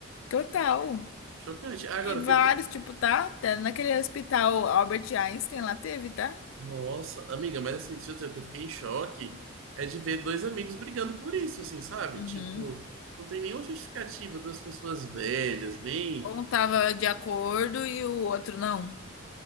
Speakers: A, on the left; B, on the right.
A: Total.
B: Chocante. Agora,
A: E vários,
B: o que eu...
A: tipo, tá? Tá Naquele hospital Albert Einstein lá teve, tá?
B: Nossa, amiga, mas assim, deixa eu dizer, o que eu fiquei em choque é de ver dois amigos brigando por isso, assim, sabe?
A: Uhum.
B: Tipo, não tem nenhuma justificativa, duas pessoas velhas, bem
A: Um tava de acordo e o outro não.